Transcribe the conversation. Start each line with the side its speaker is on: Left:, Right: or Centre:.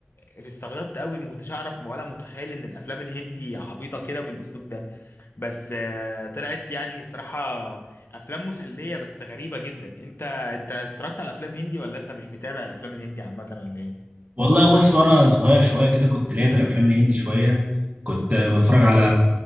Left: آه، استغربت قوي ما كنتش اعرف ولا متخيل ان الافلام الهندي عبيطه كده بالاسلوب ده بس آه، طلعت يعني صراحه افلام مسليه بس غريبه جدا انت انت اتفرجت على افلام هندي ولا انت مش متابع الافلام الهندي عامه ولا ايه
Right: والله بص وانا صغير شويه كده كنت ليا في الافلام الهندي شويه كنت بتفرج على